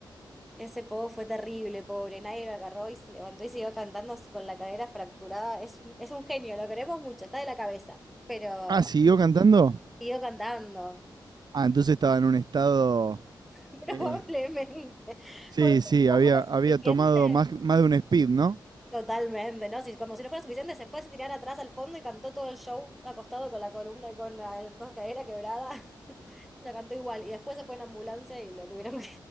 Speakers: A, in the centre; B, on the right.
A: Ese pogo fue terrible, pobre. Nadie lo agarró y se levantó y siguió cantando con la cadera fracturada. Es un, es un genio, lo queremos mucho, está de la cabeza. Pero
B: Ah, ¿siguió cantando?
A: siguió cantando,
B: Ah, entonces estaba en un estado.
A: <laughs>
B: eh,
A: probablemente.
B: sí,
A: Porque si
B: sí, había,
A: no fue suficiente.
B: había tomado más, más de un speed, ¿no?
A: Totalmente, ¿no? Si, como si no fuera suficiente, se fue a tirar atrás al fondo y cantó todo el show acostado con la columna y con la con la cadera quebrada. <laughs> Lo cantó igual. Y después se fue en ambulancia y lo tuvieron que